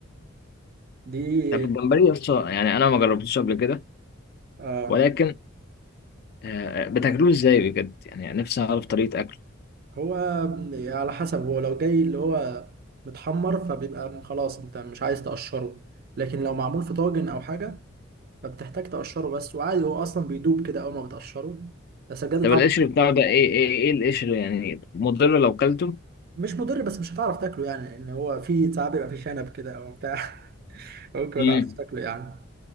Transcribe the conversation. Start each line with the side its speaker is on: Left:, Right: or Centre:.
Right: دي
Left: طب الجمبري اصلا يعني انا ما جربتوش قبل كده
Right: آه
Left: ولكن آه، بتاكلوه ازاي بجد يعني نفسي اعرف طريقه اكله
Right: هو على حسب هو لو جاي اللي هو متحمر فبيبقى خلاص انت مش عايز تقشره لكن لو معمول في طاجن او حاجه فبتحتاج تقشره بس وعادي هو اصلا بيدوب كده اول ما بتقشره بس بجد
Left: طب
Right: طعمه
Left: القشر بتاعه ده ايه ايه ايه القشر يعني مضر لو كلته
Right: مش مضر بس مش هتعرف تاكله يعني لان هو في ساعات بيبقى فيه شنب كده او بتاع <laughs> ممكن
Left: امم
Right: ما تعرفش تاكله يعني